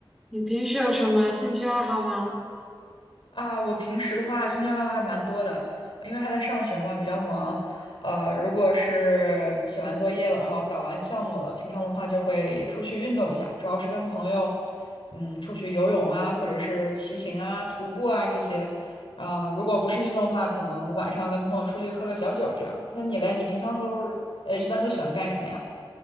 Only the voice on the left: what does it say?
啊，我平时的话兴趣爱好还蛮多的，因为还在上学嘛，比较忙。呃，如果是写完作业了，然后搞完项目了，平常的话就会出去运动一下，主要是跟朋友，嗯，出去游泳啊，或者是骑行啊、徒步啊这些。啊、如果不是运动的话，可能晚上跟朋友出去喝个小酒这样。那你嘞，你平常都是呃，一般都喜欢干什么呀？